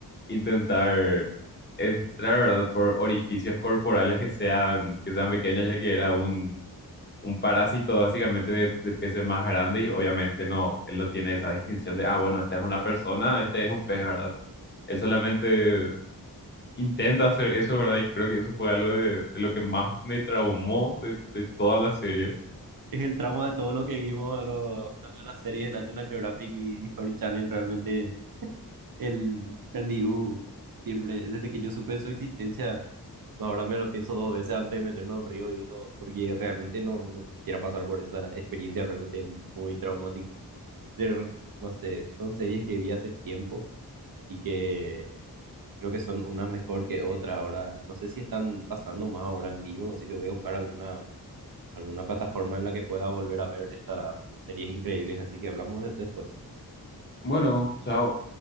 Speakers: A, on the left (about 30°); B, on the right (about 60°).
A: intentar entrar, ¿verdad? Por orificios corporales que sean, que sean pequeños, ya que era un un parásito básicamente de, de peces más grandes y obviamente no, él no tiene esa distinción de, ah, bueno, esta es una persona, este es un pez, ¿verdad? Él solamente intenta hacer eso, ¿verdad? Y creo que eso fue algo de, de lo que más me traumó de, de toda la serie.
B: Es el trauma de todo lo que vimos de, lo- de la serie de National Geographic y Discovery Channel realmente El candirú, siempre, desde que yo supe de su existencia, ahora me lo pienso dos veces antes de meterme a un río y eso, porque realmente no, no quisiera pasar por esa experiencia, realmente es muy traumática. Pero, no sé, son series que vi hace tiempo y que creo que son unas mejor que otras ahora. No sé si están pasando más ahora en vivo, así que voy a buscar alguna, alguna plataforma en la que pueda volver a ver estas series increíbles, así que hablamos de- después.
A: Bueno, chao.